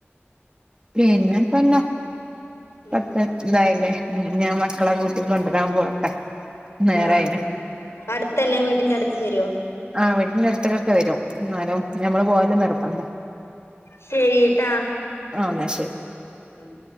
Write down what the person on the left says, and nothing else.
ഉം
ആഹ് അടുത്തന്നെ വീട്ടിന്റെ അടുത്ത് വരോ
ശരിട്ടാ
ഉം